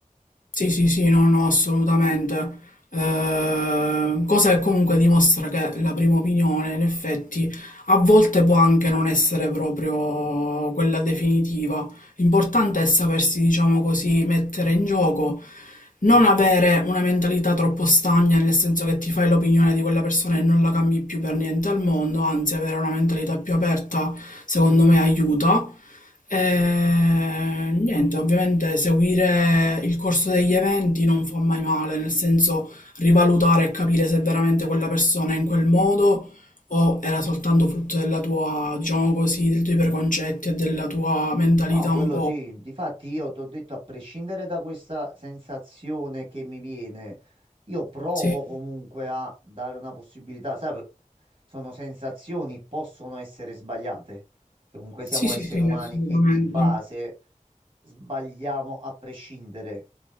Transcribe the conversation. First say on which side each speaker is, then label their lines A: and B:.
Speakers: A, on the left; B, on the right.
A: Sì, sì, sì, no, no, assolutamente. Eh, cosa che comunque dimostra che la prima opinione, in effetti, a volte può anche non essere proprio quella definitiva. L'importante è sapersi, diciamo così, mettere in gioco, non avere una mentalità troppo stagna, nel senso che ti fai l'opinione di quella persona e non la cambi più per niente al mondo, anzi, avere una mentalità più aperta, secondo me, aiuta. Eh, niente, ovviamente seguire il corso degli eventi non fa mai male, nel senso rivalutare e capire se veramente quella persona è in quel modo o era soltanto frutto della tua, diciamo così, dei tuoi preconcetti e della tua mentalità
B: No, quello
A: un po'.
B: sì, difatti io ti ho detto, a prescindere da questa sensazione che mi viene, io provo
A: Sì,
B: comunque a dare una possibilità, sai, per- sono sensazioni, possono essere sbagliate, che comunque siamo
A: sì, sì,
B: esseri
A: sì,
B: umani
A: assolutamente.
B: e di base sbagliamo a prescindere.